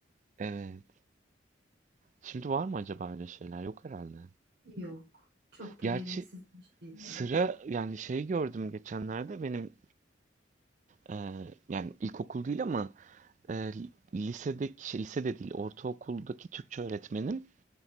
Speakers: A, on the right; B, on the right.
A: Evet. Şimdi var mı acaba öyle şeyler? Yok herhalde.
B: Yok. Çok da
A: Gerçi
B: gereksiz bir şeydi
A: Sıra
B: zaten.
A: yani şey gördüm geçenlerde benim e, yani ilkokul değil ama e, lisedeki şey, lise de değil ortaokuldaki Türkçe öğretmenim